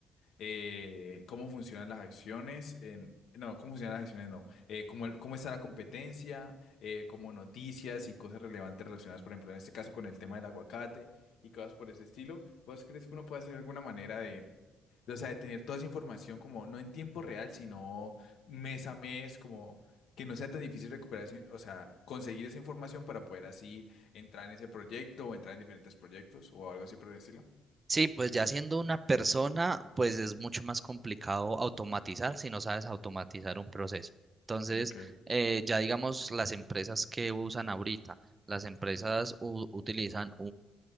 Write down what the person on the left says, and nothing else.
eh, cómo funcionan las acciones, en- no, cómo funcionan las acciones, no, eh, cómo, el- cómo está la competencia, eh, como noticias y cosas relevantes relacionadas, por ejemplo, en este caso con el tema del aguacate y cosas por ese estilo. ¿Vos crees que uno puede hacer alguna manera de, de, o sea, de tener toda esa información como no en tiempo real, sino mes a mes, como que no sea tan difícil recuperar, ese- o sea, conseguir esa información para poder así entrar en ese proyecto o entrar en diferentes proyectos o algo así por el estilo?
Okay,